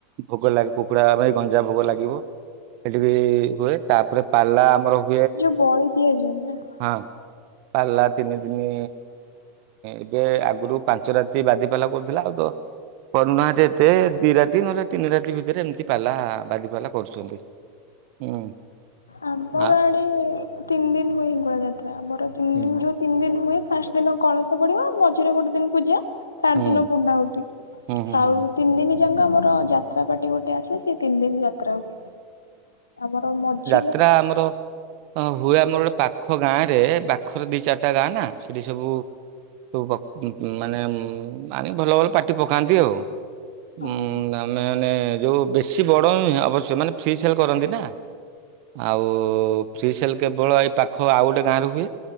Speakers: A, on the right (about 55°); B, on the left (about 85°).
A: ଭୋଗ ଲାଗ କୁକୁଡ଼ା ମାଇ ଗଞ୍ଜା ଭୋଗ ଲାଗିବ। ସେଠି ବି ହୁଏ ତାପରେ ପାଲା ଆମର ହୁ
B: ଯୋଉ ବଳି ଦିଆଯିବନି ନା।
A: ହଁ। ପାଲା ତିନି ଦିନ ଏବେ ଆଗରୁ ପାଞ୍ଚ ରାତି ବାଦି ପାଲା କରୁଥିଲା ଆଉ ତ କରୁନାହାନ୍ତି ଏତେ ଦି ରାତି ନହେଲେ ତିନି ରାତି ଭିତରେ ଏମିତି ପାଲା ବାଦି ପାାଲା କରୁଛନ୍ତି। ହୁଁ।
B: ଆମର
A: ଆ
B: ଆଡେ ତିନି ଦିନ ହୁଏ ଗୋଳା ଯାତ୍ରା ଆମର ତିନି
A: ହୁଁ।
B: ଦିନ ଯୋଉ ତିନି ଦିନ ହୁଏ ଫାଷ୍ଟ ଦିନ କଳସ ପଡିବ ମଝିରେ ଗୋଟେ ଦିନ ପୂଜା ଥାର୍ଡ
A: ହୁଁ
B: ଦିନ ପୂର୍ଣା ହୁତି
A: ହୁଁ ହୁଁ
B: ଆଉ
A: ହୁଁ ହୁଁ।
B: ତିନି ଦିନ ଯାକ ଆମର ଯାତ୍ରା ପାର୍ଟି ଗୋଟେ ଆସ ସେ ତିନି ଦିନ ଯା ତ୍ରା ହୁଏ ଆମର ମଝି
A: ତ୍ରା ଆମର ହଁ ହୁଏ ଆମର ଗୋଟେ ପାଖ ଗାଁ ରେ ପାଖର ଦି ଚାରିଟା ଗାଁ ନା ସେଠି ସବୁ ସବୁ ପ ଅ ମାନେ ଆଣି ଭଲ ଭଲ ପାଟି ପକାନ୍ତି ଆଉ।
B: ହଁ
A: ଉଁ ଆମେ ଏଣେ ମାନେ ଯୋଉ ବେଶୀ ବଡ ନୁହେଁ ଆବଶ୍ୟ ମାନେ ଫ୍ରି ସେଲ କରନ୍ତି ନା। ଆଉ ଫ୍ରି ସେଲ କେବଳ ଏଇ ପାଖ ଆଉ ଗୋଟେ ଗାଁରେ ହୁଏ।